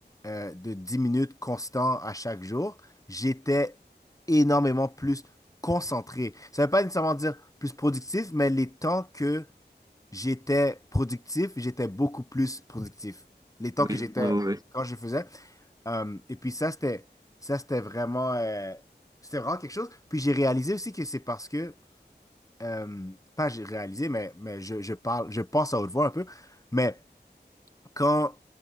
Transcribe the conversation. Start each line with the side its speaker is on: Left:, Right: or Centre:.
Left: euh, de 10 minutes constant à chaque jour, j'étais énormément plus concentré. Ça ne veut pas nécessairement dire plus productif, mais les temps que j'étais productif, j'étais beaucoup plus productif. Les temps
Right: Oui,
Left: que j'étais
Right: ouais, ouais, ouais.
Left: quand je faisais. Euh, et puis ça, c'était ça, c'était vraiment, euh, c'était vraiment quelque chose. Puis j'ai réalisé aussi que c'est parce que, euh, pas j'ai réalisé, mais, mais je, je parle, je pense à haute voix un peu, mais quand,